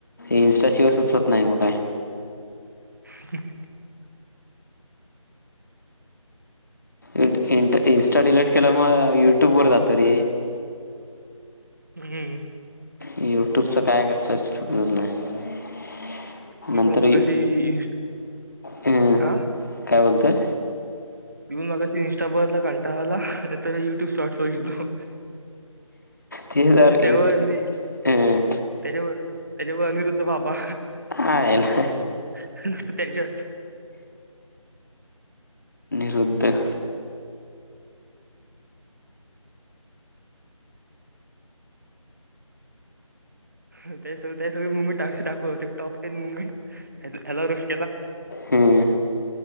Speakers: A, on the left; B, on the right.
A: इन्स्टाशिवाय सुचत नाही मग काय.
B: <inaudible>
A: इ इन्स्टा डिलीट केलं मग युट्यूब वर जातो र.
B: हम्म.
A: युट्यूबचं काय करतात समजत नाही.
B: मी
A: नंतर
B: पण मगाशी
A: ये
B: इन्स्ट
A: अं
B: हा
A: काय बोलताय?
B: मी मगाशी इंस्टा <unintelligible> कांटाळाला तर युट्यूब शॉट्स बघितलो.
A: तीस हजार इन्स्ट
B: त्यावर हेे
A: हं
B: त्याच्यावर त्याच्यामुळ अनिरुद्ध बाबा.
A: हा येला.
B: <unintelligible> त्याच्याच
A: युद्ध.
B: <unintelligible> सगळे मुमेंट दाखवते टॉप टेन मुव ह्याला रोष
A: हं